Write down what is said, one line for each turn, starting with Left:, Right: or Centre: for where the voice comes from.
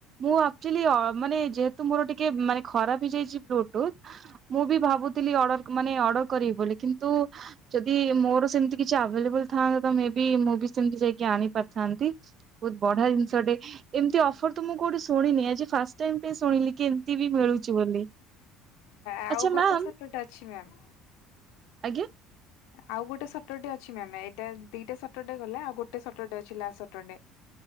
Right: ମୁଁ ଆକ୍ଚୁଆଲି ମାନେ ଯେହେତୁ ମୋର ଟିକେ ମାନେ ଖରାପ ହେଇଯାଇଚି ବ୍ଲୁ ଟୁଥ୍ ମୁଁ ବି ଭାବୁଥିଲି ଅର୍ଡର ମାନେ ଅର୍ଡର କରିବି ବୋଲି କିନ୍ତୁ ଯଦି ମୋର ସେମତି କିଛି ଆଭେଲେବୁଲ ଥାଆନ୍ତା ତ ମେ ବି ମୁଁ ବି ସେମତି ଯାଇକି ଆଣିପାର ଥାନ୍ତି ବହୁତ ବଢ଼ିଆ ଜିନିଷ ଟେ। ଟେ ଏମତି ଅଫର ତ ମୁଁ କୋଉଠି ଶୁଣିନି ଆଜି ଫାଷ୍ଟ ଟାଇମ୍ ପାଇଁ ଶୁଣିଲି କି ଏମତି ବି ମିଳୁଚି ବୋଲି।
Left: ଆଉ
Right: ଆଚ୍ଛା
Left: ଗୋଟେ
Right: ମାମ୍
Left: ସଟରଡେ ଅଛି ମ୍ୟାମ୍।
Right: ଆଜ୍ଞା।
Left: ଆଉ ଗୋଟେ ସଟରଡେ ଅଛି ମ୍ୟାମ୍ ଏଇଟା ଦିଟା ସଟରଡେ ଗଲା ଆଉ ଗୋଟେ ସଟରଡେ ଅଛି ଲାଷ୍ଟ ସଟରଡେ।